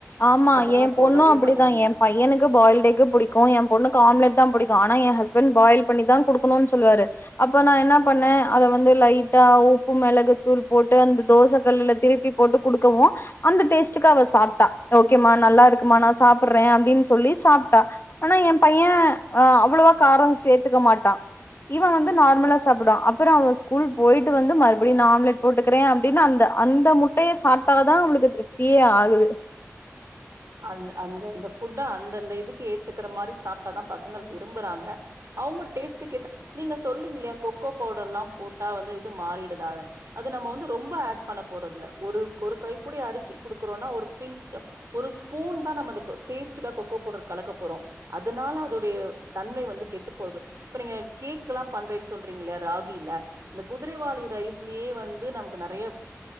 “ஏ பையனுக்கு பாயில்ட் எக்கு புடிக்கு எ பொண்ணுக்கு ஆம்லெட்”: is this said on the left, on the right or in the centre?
Left